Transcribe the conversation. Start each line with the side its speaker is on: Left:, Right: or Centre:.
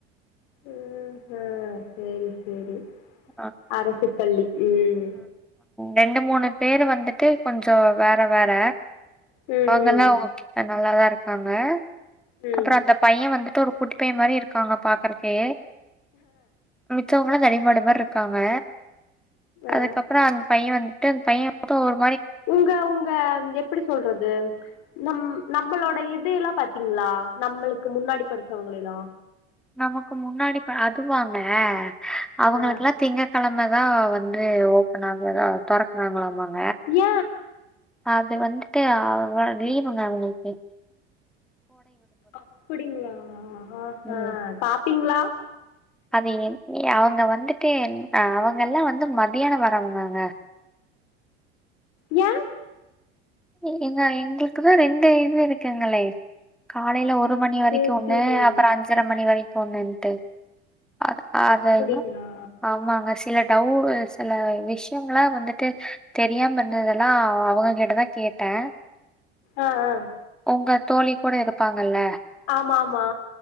Left: உம் ஆ செரி செரி
Centre: அது
Left: அரசுப்பள்ளி உம்
Centre: ரெண்டு மூணு பேரு வந்திட்டு கொஞ்சோ வேற வேற
Left: ம்
Centre: அவங்கல்லா
Left: ம்
Centre: ஓகே நா நல்லாதா ருக்காங்க
Left: ம்
Centre: அப்றோ அந்த பைய வந்து து ஒரு குட்டிப்பைய மாரி இருக்காங்க பாக்றக்கே தூங்ன்னா தடிமாடு மாரி ருக் க்காங்க அதுக்கப்றோ
Left: ஆ
Centre: அந்த பைய்ய வந்து கா அந்த பைய்ய எப்பக்கா வரூ
Left: உங்க உங்க எப்புடி சொல்றது நம் நம்மளோட இதுயெல்லா பாத்தீங்ளா நம்மளுக்கு முன்னாடி படிச்சவங்கள எல்லா
Centre: நமக்கு முன்னாடி ப அதுவாங்க அவங்களுக்கெல்லா
Left: ஆ
Centre: திங்க கெழம அத வந்து ஓப்பன் ஆகுத தொறக்ராங்களாமாங்
Left: ஏ
Centre: அது வந்துட்டு அவுங்க லீவுங்க அவுங்களுக்கு
Left: அப்படிங்ளா ஆஹஹ
Centre: ம்.
Left: சாப் டிங்ளா
Centre: அது என் ஏ எ அவுங்க வந்துட்டு ஆ அவுங்க எல்லா வந்து மத்தியானோ வர்ரவங்க அங்க
Left: ஏ
Centre: நீங் எங்க எங்களுக்குதா ரெண்டு இது இருக்குங்களே காலைல ஒ ஒரு மணி வரைக்கு
Left: சேரி
Centre: ஒண்ணு
Left: சேரி
Centre: அப்புறோ அஞ்சர மணி வரைக் <unintelligible> அத ஆதாய்னு
Left: அப்படிங்களா
Centre: ஆமாங்க சில டவ்வு சில விஷ்யங்களா வந்துட்டு தெரியாம பண்ணதெல்லா அ அவுங்க கிட்டதா கேட்டே
Left: ஆஹ் ஆஹ்
Centre: உங்க தோழி கூட இருப்பாங்கல்ல
Left: ஆமா ஆமா